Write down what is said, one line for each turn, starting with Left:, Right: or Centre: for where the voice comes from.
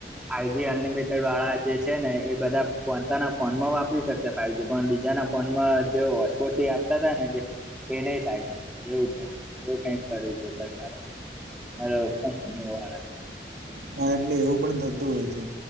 Centre: ફાઈવ જી અનલિમિટેડ વાળા જે છે ને એ બધા પોનતાના ફોન માં વાપરી શકશે ફાઈવ જી પણ બીજાના ફોનમાં જે હોસ્પોટ થી આપતા હતા ને જે એ નહી થાય એવું છે એવું કઈક કર્યું છે સરકારે. હલો કંપનીવાળા
Right: હા એટલે એવું પણ થતું હોય છે.